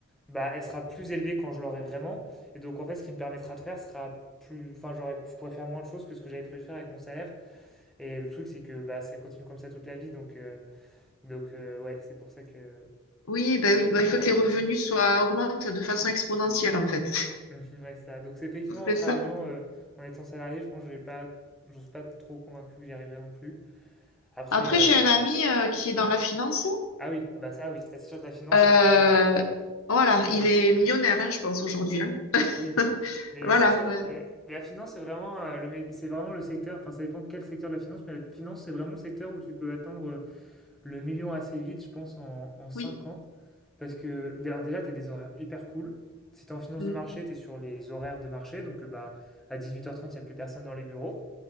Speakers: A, in the centre; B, on the left (about 75°).
A: bah, elle sera plus élevée quand je l'aurai vraiment. Et donc, en fait, ce qui me permettra de faire sera plus. Enfin, j'aurais, je pourrais faire moins de choses que ce que j'avais prévu de faire avec mon salaire. Et le truc, c'est que bah, ça continue comme ça toute la vie. Donc, euh, donc euh, ouais, c'est pour ça que.
B: Oui, ben oui, ben il faut
A: En,
B: que les revenus soient augmentent de façon exponentielle en fait.
A: Mhm, ouais, c'est ça. Donc, c'est effectivement,
B: <laughs> C'est
A: en travaillant,
B: ça.
A: euh, en étant salarié, je pense que je vais pas, je suis pas trop convaincu que j'y arriverai non plus. Après,
B: Après,
A: euh,
B: j'ai un ami euh, qui est dans la finance.
A: ah oui, ah bah ça, oui, ça, c'est sûr que la finance,
B: Euh,
A: ça, ça paye bien. hein.
B: voilà, il est millionnaire, hein, je pense aujourd'hui. hein.
A: Oui,
B: <laughs>
A: mais
B: Voilà,
A: c'est ça,
B: euh,
A: ouais. Mais la finance, c'est vraiment, euh, le, mé- c'est vraiment le secteur, enfin, ça dépend quel secteur de la finance, mais la finance, c'est vraiment le secteur où tu peux atteindre euh, le million assez vite, je pense, en, en cinq
B: oui,
A: ans. Parce que, d'ailleurs, déjà, tu as des horaires hyper cool. Si tu en finance
B: mm,
A: de marché, tu es sur les horaires de marché, donc euh, bah, à 18h30, il n'y a plus personne dans les bureaux.